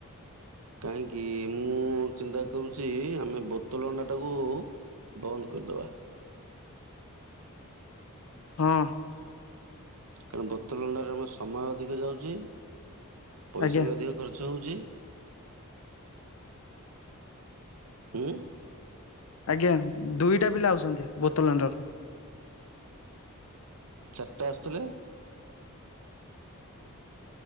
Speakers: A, on the right; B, on the left.
A: କାହିଁକି ମୁଁ ଚିନ୍ତା କରୁଛି ଆମେ ବୋତଲ ଅଣ୍ଡା ଟାକୁ। ବନ୍ଦ କରିଦବା।
B: ହଁ।
A: କାରଣ ବୋତଲ ଅଣ୍ଡାରେ <unintelligible> ଆମ ସମୟ ଅଧିକ ଯାଉଛି ପଇସା
B: ଆଜ୍ଞା
A: ବି ଅଧିକ ଖର୍ଚ୍ଚ ହଉଛି। ଜି। ହୁଁ।
B: ଆଜ୍ଞା ଦୁଇଟା ପିଲା ଆଉଛନ୍ତି, ବୋତଲଣ୍ଡାରୁ।
A: ଚାରିଟା ଆସୁଥିଲେ।